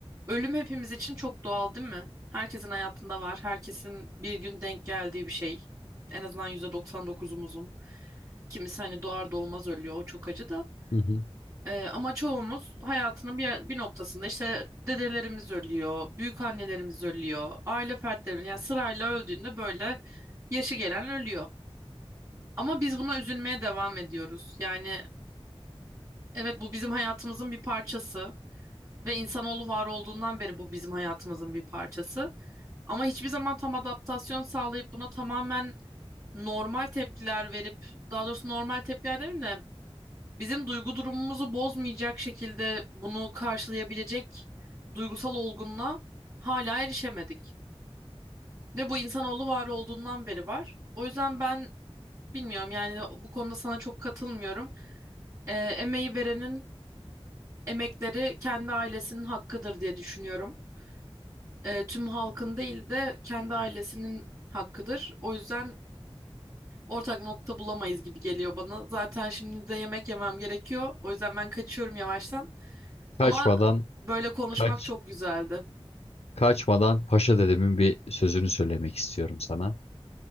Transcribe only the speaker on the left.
Hı hı.
Kaçmadan
Kaç
kaçmadan Paşa dedemin bir sözünü söylemek istiyorum sana.